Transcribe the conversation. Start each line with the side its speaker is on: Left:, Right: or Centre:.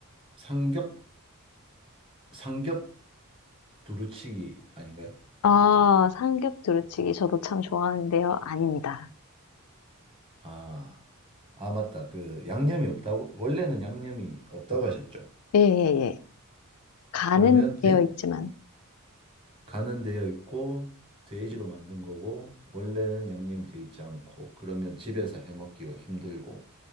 Right: 삼겹, 삼겹 두루치기 아닌가요?
Left: 아, 삼겹 두루치기 저도 참 좋아하는데요. 아닙니다.
Right: 아, 아, 맞다. 그, 양념이 없다고, 원래는 양념이 없다고 하셨죠.
Left: 예, 예, 예. 간은
Right: 그러면 돼-
Left: 되어 있지만,
Right: 간은 되어 있고, 돼지로 만든 거고, 원래는 양념이 되어 있지 않고, 그러면 집에서 해 먹기가 힘들고,